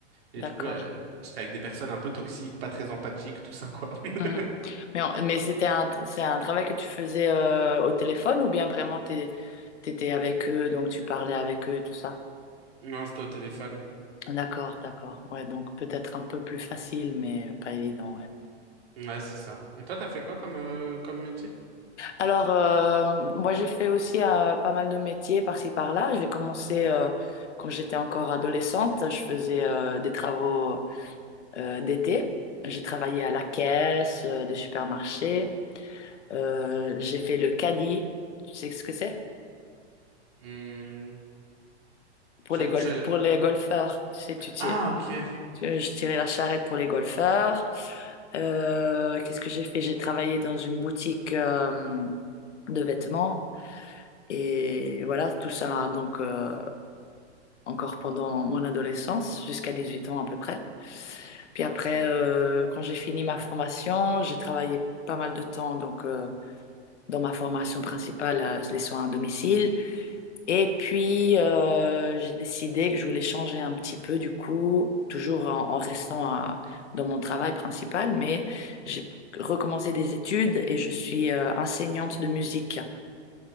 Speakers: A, on the right (about 55°); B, on the left (about 75°).
A: Et
B: D'accord.
A: du coup, euh, j'étais avec des personnes un peu toxiques, pas très empathiques, tout ça, quoi. <laughs>
B: Mhm. Mais, en- mais c'était un, c'est un travail que tu faisais euh, au téléphone ou bien vraiment t'es, t'étais avec eux, donc tu parlais avec eux et tout ça?
A: Non, c'était au téléphone.
B: D'accord, d'accord. Ouais, donc peut-être un peu plus facile, mais pas évident, ouais.
A: Ouais, c'est ça. Et toi, t'as fait quoi comme, euh, comme métier?
B: Alors, euh, moi, j'ai fait aussi euh, pas mal de métiers par-ci, par-là. J'ai commencé euh, quand j'étais encore adolescente. Je faisais euh, des travaux euh, d'été. J'ai travaillé à la caisse euh, des supermarchés. Euh, j'ai fait le caddie. Tu sais ce que c'est?
A: Hmm,
B: pour
A: je,
B: les golf,
A: je...
B: pour les golfeurs. Tu sais, tu tires.
A: Ah, ok.
B: tu- Je tirais la charrette pour les golfeurs. Euh, qu'est-ce que j'ai fait? J'ai travaillé dans une boutique euh, de vêtements. Et voilà, tout ça, donc, euh, encore pendant mon adolescence, jusqu'à 18 ans à peu près. Puis après, euh, quand j'ai fini ma formation, j'ai travaillé pas mal de temps, donc, euh, dans ma formation principale, euh, les soins à domicile. Et puis, euh, j'ai décidé que je voulais changer un petit peu, du coup, toujours en, en restant à- dans mon travail principal, mais j'ai recommencé des études et je suis euh, enseignante de musique.